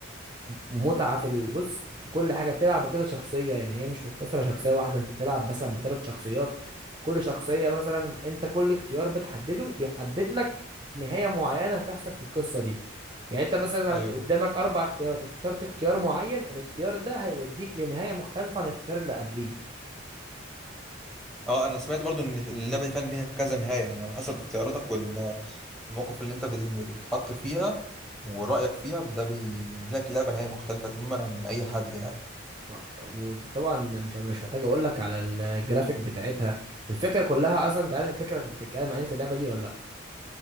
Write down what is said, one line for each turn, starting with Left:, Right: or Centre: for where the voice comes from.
Right: ومتعه في ال- بص في كل حاجه بتلعب بكذا شخصيه يعني هي مش مقتصره شخصيه واحده انت بتلعب مثلا بثلاث شخصيات كل شخصيه مثلا انت كل اختيار بتحدده بيحدد لك نهايه معينه هتحصل في القصه دي يعني انت مثلا لو
Centre: ايوه
Right: قدامك اربع اختيارات اخترت اختيار معين الاختيار ده هيوديك لنهايه مختلفه عن الاختيار اللي قبليه
Centre: اه انا سمعت برضو ان اللعبه دي فعلا ليها كذا نهايه يعني على حسب اختياراتك وال- والموقف اللي انت بت- بتتحط فيها ورايك فيها ده بينهي لك اللعبه نهايه مختلفه تماما عن اي حد يعني
Right: و- وطبعا مش مش محتاج اقول لك على الجرافيك بتاعتها الفكره كلها اصلا انت عارف الفكره بتتكلم عليه في اللعبه دي ولا